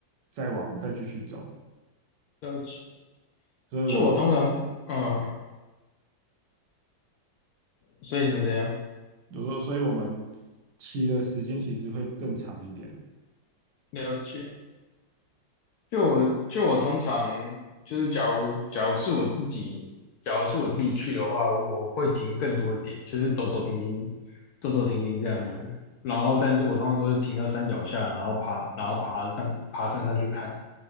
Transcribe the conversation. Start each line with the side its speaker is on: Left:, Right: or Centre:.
Right: 再往再继续走。
Left: 了解。
Right: 所以我们。
Left: 就我通常，嗯，所以你们怎样？
Right: 比如说，所以我们骑的时间其实会更长一点。
Left: 了解。就我就我通常就是，假如假如是我自己，假如是我自己去的话，我会停更多点，就是走走停停，走走停停这样子。然后，但是我通常都是停到山脚下，然后爬，然后爬上爬山上去看，